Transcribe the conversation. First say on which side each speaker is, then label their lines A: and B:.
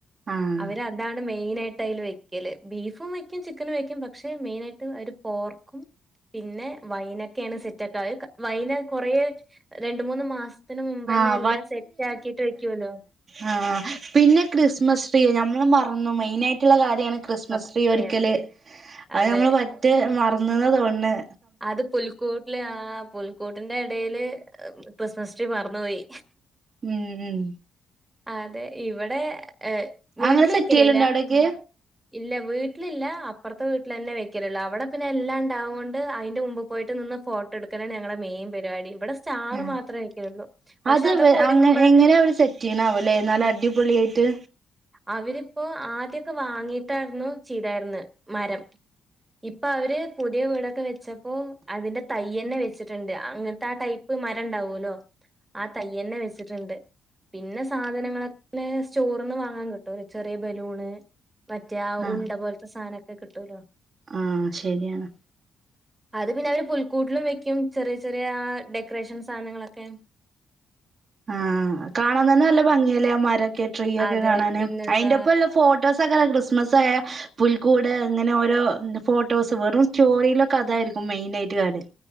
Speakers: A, on the right; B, on the right.
A: ആഹ്
B: അവര് അത് അതാണ് മെയിന ആയിട്ട് അതില് വെക്കല് ബീഫും വെക്കും ചിക്കനും വെക്കും പക്ഷെ മെയിന ആയിട്ട് അവര് പോർക്കും പിന്നെ വൈനൊക്കെയാണ് സെറ്റക്ക ആക്ക വൈന കുറേ രണ്ട മൂന്ന് മാസം ത്തിന് മുമ്പ്ന്നെ
A: ആഹ്
B: എല്ലാം സെറ്റ് ആക്കിട്ട് വെക്കുല്ലോ
A: ആ പിന്നെ ക്രിസ്മസ് ട്രീ നമ്മള് പറഞ്ഞു മെയിൻ ആയിട്ടുള്ള കാര്യ അത് ഞങ്ങള് ക്രിസ്മസ്
B: സത്യം
A: ട്രീ ഒരിക്കല് അത്
B: അതെ
A: നമ്മള് മറ്റ് മറന്നത് തോന്നത്
B: അത് പുൽക്കൂട്ടിലെ ആ പുൽ കൂട്ടിന്റെ ഇടയില് ക്രിസ്മസ് ട്രീ മറന്നുപോയി
A: ഉം ഉം
B: അതെ ഇവിടെ എ വീട്ടില്
A: അങ്ങനെ സെറ്റ്
B: വെക്കലില്ല
A: ചെയ്യലുണ്ടോ അവിടേക്ക്
B: ഇല്ല വീട്ടില് ഇല്ല അപ്പർത്തെ വീട്ടിലന്നെ വെക്കലൊള്ളൂ അവടെ പിന്നെ എല്ലാം ഇണ്ടാവോ ണ്ട് അയിന്റെ മുമ്പ് പോയിട്ട് നിന്ന് ഫോട്ടടുക്കാലാണ് ഞങ്ങളെ മെയിൻ പരുപാടി ഇവിടെ സ് ചാറ്
A: ആഹ്
B: മാത്രേ വെയ്ക്കലൊള്ളൂ പക്ഷെ
A: അത്
B: അതൊക്കെ ഒരുക്കുമ്പോഴൊക്കെ-
A: അങ്ങ എങ്ങനെയാ അവര് സെറ്റ് ചെയ്യണാവല്ലേ നല്ല അടിപൊളിയായിട്ട്
B: അവരിപ്പോ ആദ്യൊക്കെ വാങ്ങിട്ടായിരുന്നു ചെയ്താരിന്ന് മരം ഇപ്പ അവര് പുതിയ വീടോ - ട് വെച്ചപ്പോ അതിന്റെ തയ്യ് തന്നെ വെച്ചിട്ടുണ്ട് അങ്ങനത്തെ ആ ടൈപ്പ് മരം ഇണ്ടാവൊല്ലോ ആ തയ്യ് തന്നെ വെച്ചിട്ടുണ്ട് പിന്നെ സാധനങ്ങളൊക്കെ സ്റ്റോറിന്ന് വാങ്ങാൻ കിട്ടുല്ലോ ചെറിയ ബലൂണ്- മറ്റേ ആ
A: ആഹ്
B: ഉണ്ട പോലത്തെ സാധ നോക്കെ കിട്ടുലോ
A: ആഹ് ശരിയാണ്
B: അത് പിന്നെ അവര് പുൽക്കൂട്ടിലും വെക്കും ചെറിയ ചെറിയ ഡെക്കറേഷൻ സാനങ്ങളൊക്കെ
A: ആഹ് കാണാൻ നല്ല ഭംഗിയല്ലേ ആ മരൊക്കെ ട്രീ ഒക്കെ
B: അതെ.
A: കാണാന്
B: പിന്നെന്താ
A: അയിന്റെ ഒപ്പമുള്ള - ഫോട്ടോസ് ഒക്കെ ക്രിസ്മസ് ആയാ പുൽക്കൂട് ഇങ്ങനെ ഓരോ ഫോട്ടോസ് വെറും സ്റ്റോറീലെ അതായിരിക്കും മെയിനായിട്ട് കാണല്